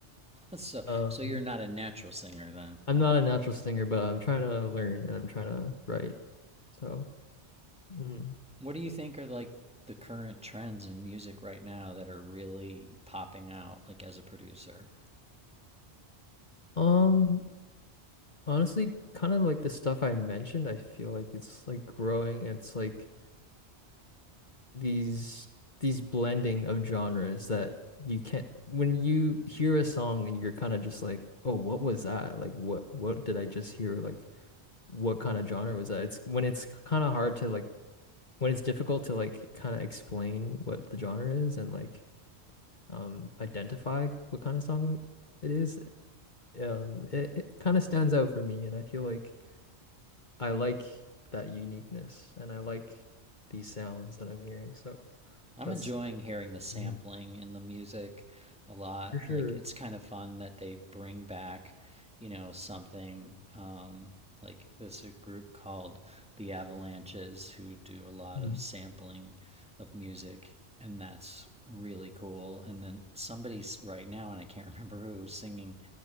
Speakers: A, in the centre; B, on the left.
A: so,
B: <laughs> um
A: so you're not a natural singer then?
B: i'm not a natural singer but i'm trying to learn and i'm trying to write so mm.
A: What do you think are like the current trends in music right now that are really popping out, like as a producer?
B: um honestly kind of like the stuff i mentioned i feel like it's like growing it's like these these blending of genres that you can't when you hear a song and you're kind of just like, oh, what was that? Like what what did I just hear? Like what kind of genre was that? It's when it's kind of hard to like when it's difficult to like kind of explain what the genre is and like um identify what kind of song it it is. Um it, it kind of stands out for me and I feel like I like that uniqueness and I like these sounds that I'm hearing. So
A: I'm
B: that's
A: enjoying hearing the sampling
B: Mhm.
A: in the music a lot.
B: for sure.
A: Like it's kind of fun that they bring back, you know, something um like this a group called the Avalanches who do a lot
B: Mm.
A: of sampling of music and that's really cool. And then somebody's right now and I can't <laughs> remember who singing